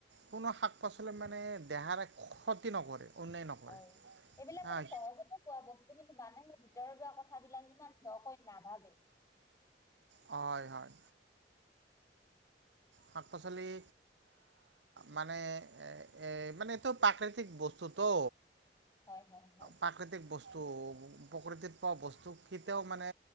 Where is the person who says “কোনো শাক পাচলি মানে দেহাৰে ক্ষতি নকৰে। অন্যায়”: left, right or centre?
Right